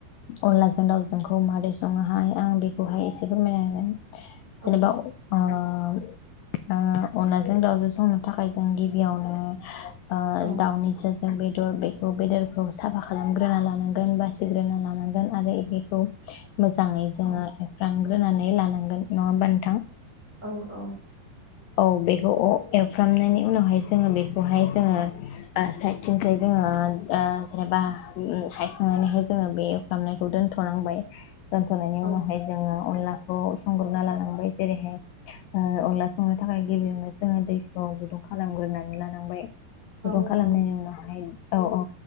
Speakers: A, on the left (about 85°); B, on the right (about 20°).
A: अनलाजों दाउजोंखौ मादै सङोहाय आं बेखौहाय एसे फोरमायना होगोन। जेनेबा
B: औ
A: ओ ओ अनलाजों दाउजों संनो थाखाय जों गिबियावनो ओ
B: औ
A: दावनि बेदर बेखौ बेदरखौ साफा खालामग्रोना लानांगोन बासिग्रोना लानांगोन आरो बेखौ मोजाङै जोङो
B: औ
A: एफ्रांग्रोनानै लानांगोन नङा होमबा नोंथां।
B: औ औ।
A: औ बेखौ एवफ्रामनायनि उनावहाय जोङो बेखौहाय जोङो ओ साइद थिंसाय जोङो ओ जेनेबा उम हायखांनानैहाय जोङो बे एवफ्रामनायखौ दोनथ'नांबाय दोनथ'नायनि
B: औ
A: उनावहाय जोङो अनलाखौ संग्रोना लानांबाय जेरैहाय ओ अनला संनो थाखाय गिबियावनो जोङो दैखौ गुदुं खालामगोन नानै लानांबाय गुदुं
B: औ
A: खालामनायनि
B: औ
A: उनावहाय औ औ